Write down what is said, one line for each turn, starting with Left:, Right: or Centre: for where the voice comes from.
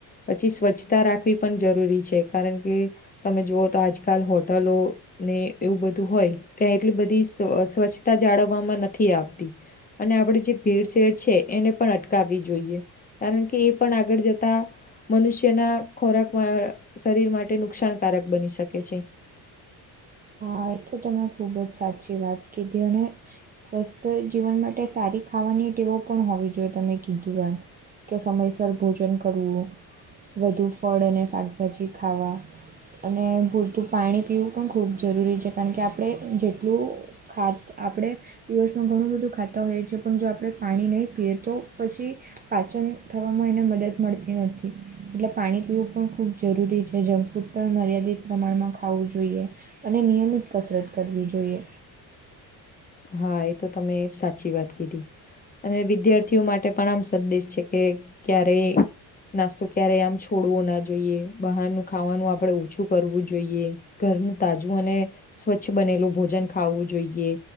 Left: પછી સ્વચ્છતા રાખવી પણ જરૂરી છે કારણ કે તમે જુઓ તો આજકાલ હોટલો ને એવું બધું હોય ત્યાં એટલી બધી સ્વ સ્વચ્છતા જાળવવામાં નથી આવતી અને આપણે જે ભેડ શેડ છે એને પણ અટકાવવી જોઈએ કારણ કે એ પણ આગળ જતા મનુષ્યના ખોરાકમાં શરીર માટે નુકસાનકારક બની શકે છે
Right: હા એ તો તમે ખૂબ જ સાચી વાત કીધી અને સ્વસ્થ જીવન માટે સારી ખાવાની ટેવો પણ હોવી જોઈએ તમે કીધું એમ કે સમયસર ભોજન કરવું વધુ ફળ અને શાકભાજી ખાવા અને પૂરતું પાણી પીવું પણ ખૂબ જરૂરી છે કારણ કે આપણે જેટલું ખાદ આપણે દિવસમાં ઘણું બધું ખાતા હોઈએ છીએ પણ જો આપણે પાણી નહીં પીએ તો પછી પાચન થવામાં એને મદદ મળતી નથી એટલે પાણી પીવું પણ ખૂબ જરૂરી છે જંક ફૂડ પણ મર્યાદિત પ્રમાણમાં ખાવું જોઈએ. અને નિયમિત કસરત કરવી જોઈએ.
Left: હા એ તો તમે સાચી વાત કીધી અને વિદ્યાર્થીઓ માટે પણ આમ સંદેશ છે કે ક્યારે નાસ્તો ક્યારેય આમ છોડવો ના જોઈએ બહારનું ખાવાનું આપણેે ઓછું કરવું જોઈએ. ઘરનું તાજું અને સ્વચ્છ બનેલું ભોજન ખાવવું જોઈએ.